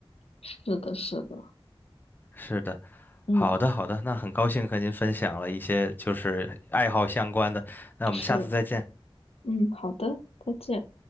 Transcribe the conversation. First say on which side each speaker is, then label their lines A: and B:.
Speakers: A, on the left; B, on the left.
A: 是的，是的，
B: 是的，
A: 嗯。
B: 好的，好的，那很高兴和您分享了一些就是爱好相关的，那我们下次再见。
A: 是，嗯，好的，再见。